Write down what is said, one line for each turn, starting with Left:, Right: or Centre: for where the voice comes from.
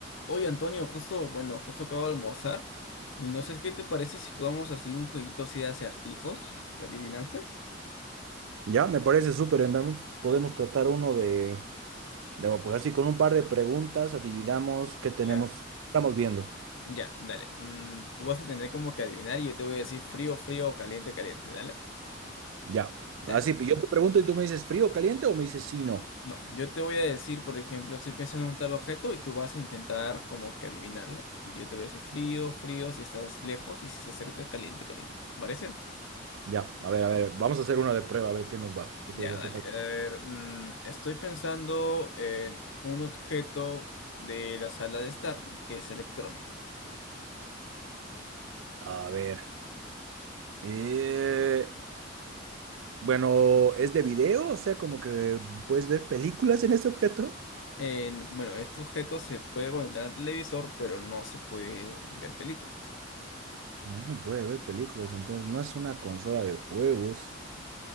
Left: Oye, Antonio, justo, bueno, justo acabo de almorzar y no sé qué te parece si jugamos así un jueguito así de acertijos, de adivinanzas.
Right: Ya, me parece súper. Entonces podemos tratar uno de, de, bueno, pues así, con un par de preguntas, adivinamos qué tenemos,
Left: Claro.
Right: estamos viendo.
Left: Ya, dale. Mm, tú vas a tener como que adivinar y yo te voy a decir frío, frío o caliente, caliente. Dale,
Right: Ya,
Left: dale.
Right: así, yo te pregunto y tú me dices frío, caliente o me dices sí, no.
Left: No, yo te voy a decir, por ejemplo, estoy pensando en un tal objeto y tú vas a intentar como que adivinarlo y yo te voy a decir frío, frío si estás lejos y si estás cerca, caliente, caliente. ¿Te parece?
Right: Ya, a ver, a ver, vamos a hacer una de prueba, a ver qué nos va. ¿Qué te-
Left: Ya, dale.
Right: qué tal?
Left: A ver, mm, estoy pensando en un objeto de la sala de estar que es electrónico.
Right: A ver. eh, bueno, ¿es de video? O sea, como que puedes ver películas en este objeto.
Left: En- bueno, este objeto se puede conectar al televisor, pero no se puede ver películas.
Right: Mm, puede ver películas, entonces no es una consola de juegos.